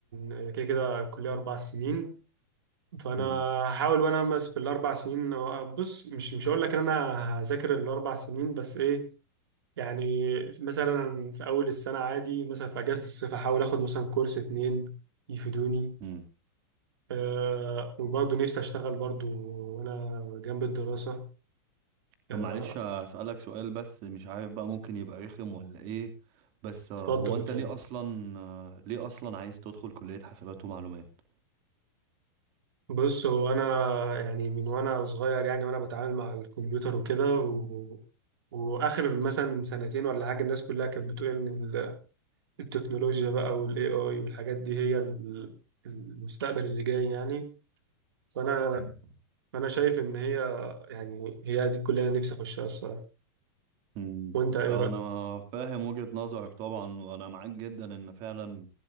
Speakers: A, on the right; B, on the right.
A: آه، كده كده الكلية أربع سنين فأنا
B: امم
A: هحاول وأنا أمس في الأربع سنين آه، بص مش مش هقول لك إن أنا هذاكر الأربع سنين بس إيه يعني مثلا في أول السنة عادي مثلا في أجازة الصيف هحاول آخد مثلا كورس اتنين يفيدوني
B: امم
A: آه وبرضه نفسي اشتغل برضه وانا جنب الدراسة آه
B: طب معلش أسألك سؤال بس مش عارف بقى ممكن يبقى رخم ولا ايه بس آه،
A: اتفضل
B: هو انت
A: اتفضل
B: ليه اصلا آه، ليه اصلا عايز تدخل كلية حسابات ومعلومات
A: بص هو انا يعني من وانا صغير يعني وانا بتعامل مع الكمبيوتر وكده و... واخر مثلا سنتين ولا حاجه الناس كلها كانت بتقول ان ال- التكنولوجيا بقى والاي اي والحاجات دي هي ال- المستقبل اللي جاي يعني فانا فانا شايف ان هي يعني هي دي الكليه اللي نفسي اخشها الصراحه
B: مم.
A: وانت ايه
B: آه،
A: رايك
B: انا فاهم وجهة نظرك طبعا وانا معاك جدا ان فعلا